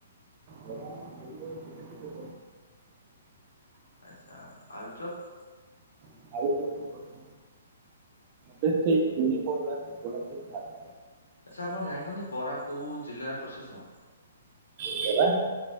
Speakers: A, on the right (about 40°); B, on the left (about 80°).
A: ତେ ଟିକେ
B: ଆଚ୍ଛା ଆଳୁଚୁପ୍
A: ଆଲୁଚୁପ୍ ସେ ଠିକ୍ ୟୁନିଫର୍ମର <unintelligible>
B: ଆଚ୍ଛା ଆପଣ ଜାଣିଛନ୍ତି ବରା କୋଉ ଜିଲ୍ଲାରେ ପ୍ରସିଦ୍ଧ?
A: ବରା